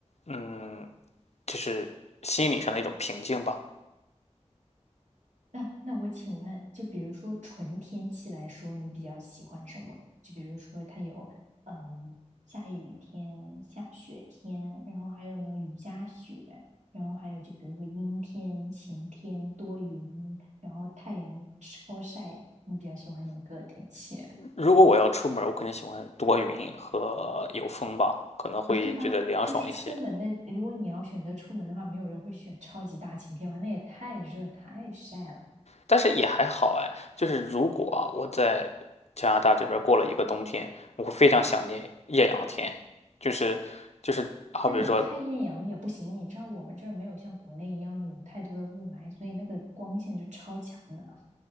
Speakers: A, on the left; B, on the right.
A: 嗯，就是心理上的一种平静吧。
B: 那那我请问，就比如说纯天气来说，你比较喜欢什么？就比如说它有，嗯、下雨天、下雪天，然后还有呢雨夹雪，然后还有就比如说阴天、晴天、多云，然后太阳超晒，你比较喜欢哪个天气 <laughs>
A: 如果我要出门儿我肯定喜欢多云和有风吧，可能会觉得凉爽一些。
B: 啊？对吧？就是出门的，如果你要选择出门的话，没有人会选超级大晴天吧？那也太热太晒了。
A: 但是也还好哎，就是如果啊我在加拿大这边儿过了一个冬天，我会非常想念艳阳天，就是就是好比说
B: 但也太艳阳也不行，你知道我们这儿没有像国内一样有太多的雾霾，所以那个光线就超强的。